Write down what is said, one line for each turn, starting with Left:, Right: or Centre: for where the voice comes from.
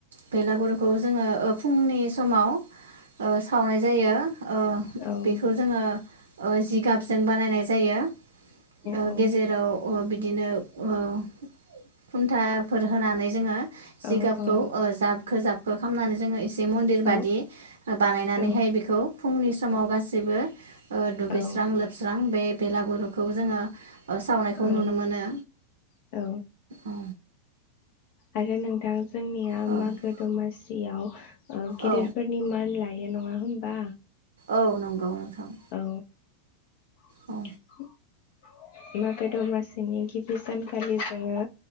Right: बेलागुरुखौ जोङो ओ फुंनि समाव ओ सावनाय जायो ओ
Left: औ
Right: बेख जोङो ओ जिगाबजों बानायनाय जायो। ओ
Left: औ
Right: गेजेराव ओ बिदिनो ओ खुन्थाफोर होनानै जोङो जिगाबखौ
Left: औ औ
Right: ओ जाबखो जाबखो खामनानै जोङो एसे मन्दिर
Left: औ
Right: बादि ओ बानायनानैहाय
Left: औ
Right: बेखौ फुंनि समाव गासै बो ओ दुगैस्रां
Left: औ
Right: लोबस्रां बे बेलागुर खौ जोङो ओ सावनायखौ
Left: औ
Right: नुनो मोनो।
Left: औ।
Right: औ
Left: आरो नोंथां जोंनिया
Right: औ
Left: मागो दमासि याव ओ गेदेरफोरनि
Right: औ
Left: मान लाय बेयो नङा होनोमबा?
Right: औ नंगौ नोंथां।
Left: औ। <inaudible>
Right: औ
Left: मागो दमासिनि गिबि सानखालि जोङो